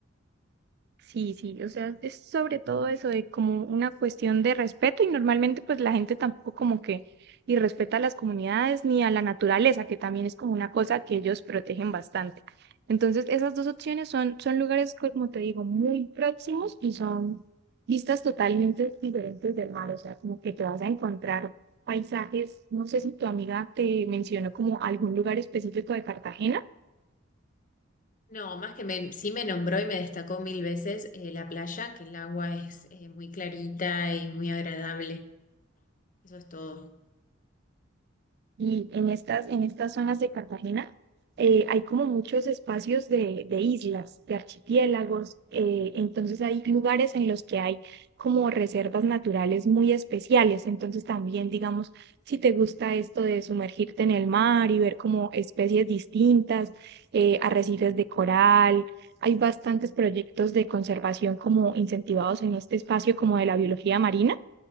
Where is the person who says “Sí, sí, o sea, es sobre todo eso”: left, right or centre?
Right